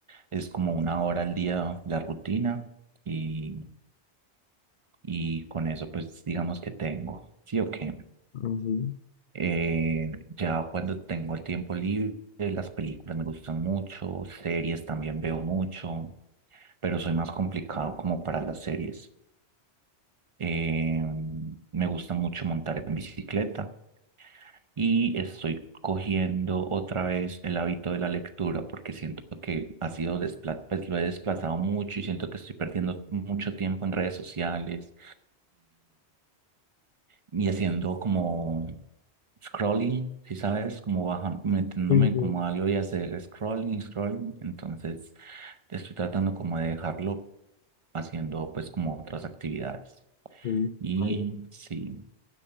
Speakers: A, on the right; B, on the left.
A: es como una hora al día la rutina y, y con eso pues digamos que tengo. ¿Sí o qué?
B: Ah, sí.
A: Eh, ya cuando tengo el tiempo libre, las películas me gustan mucho, series también veo mucho, pero soy más complicado como para las series. Eh, me gusta mucho montar en bicicleta y estoy cogiendo otra vez el hábito de la lectura porque siento que ha sido despla- pues lo he desplazado mucho y siento que estoy perdiendo mucho tiempo en redes sociales y haciendo como scrolling, si sabes, como bajando, metiéndome
B: Sí, sí,
A: como a algo y hacer scrolling, scrolling. Entonces estoy tratando como de dejarlo haciendo pues como otras actividades.
B: sí,
A: Y
B: vale.
A: sí,